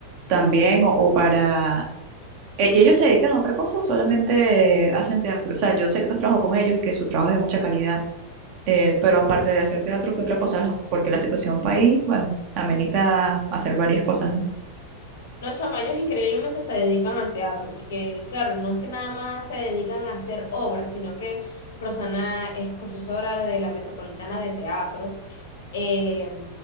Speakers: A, on the right (about 45°); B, on the left (about 60°).
A: también o, o para... ¿E- ¿Y ¿Ellos se dedican a otra cosa o solamente hacen teatro? O sea, yo sé que tú has trabajado con ellos y que su trabajo es de mucha calidad, eh, pero aparte de hacer teatro, ¿qué otra cosa? Porque la situación país, bueno, amenita hacer varias cosas, ¿no?
B: No, chama, ellos increíblemente se dedican al teatro, porque claro, no es que nada más se dedican a hacer obras, sino que Rosana es profesora de la Metropolitana de Teatro. eh,